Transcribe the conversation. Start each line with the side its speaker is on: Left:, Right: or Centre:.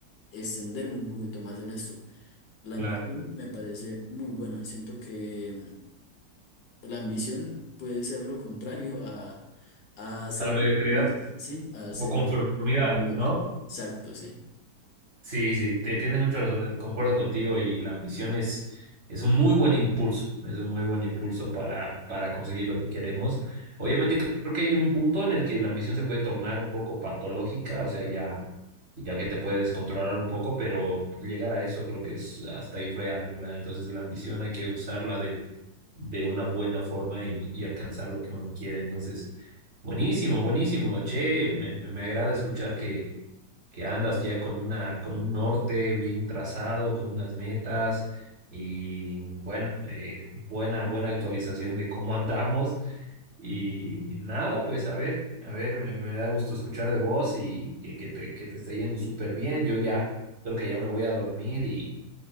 Left: extenderme un poquito más en esto. La
Right: Claro.
Left: ambición me parece muy buena. Siento que la ambición puede ser lo contrario a, a ser
Right: A la mediocridad
Left: conformista, ¿sí? A ser
Right: o conformidad,
Left: líder.
Right: ¿no?
Left: Exacto, sí.
Right: Sí, sí, te tienes mucha razón, eh, concuerdo contigo y la ambición es, es un muy buen impulso, es un muy buen impulso para, para conseguir lo que queremos. Obviamente cre- creo que hay un punto en el que la ambición se puede tornar un poco patológica, o sea, ya, ya que te puede descontrolar un poco, pero llegar a eso creo que es hasta irreal, ¿verdad? Entonces la ambición hay que usarla de, de una buena forma y, y alcanzar lo que uno quiere. Entonces, buenísimo, buenísimo, che, me, me, me agrada escuchar que andas ya con una, con un norte bien trazado, con unas metas y bueno, eh, buena, buena actualización de cómo <laughs> andamos. Y nada, pues a ver, a ver, me, me da gusto escuchar de vos y que, que te, que te esté yendo súper bien. Yo ya creo que ya me voy a dormir y,